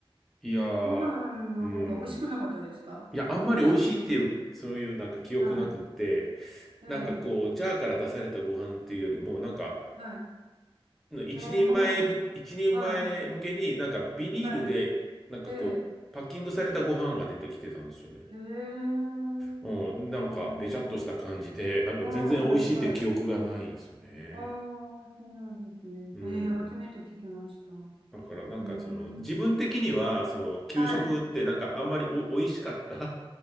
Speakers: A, in the centre; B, on the right (about 60°).
A: いやー、
B: ご飯の方が美味しくなかったですかご飯美味しい。
A: うん。いや、あんまり美味しいっていう、そういうなんか記憶なくって、
B: はい。
A: なんかこう、
B: ええ、
A: ジャーから出されたご飯っていうよりも、なんか、
B: はい。
A: 一人前ぶ、
B: うん、も
A: 一人前向けになんかビニールで、
B: う、はい。は
A: なんかこう、
B: い。ええ
A: パッキングされたご飯が出てきてたんですよね。
B: へえ、う
A: うん、なんかべちゃっとした感じで、
B: ーん。
A: なんか全然美味しいって記憶がないですよね。
B: ああ、はい、はい。ああ、そうなんですね。
A: うん。
B: へえ、初めて聞きました。う
A: だからなんかその、
B: ーん。
A: 自分的には、その、給食ってなんかあんまりお、
B: はい。
A: 美味しかった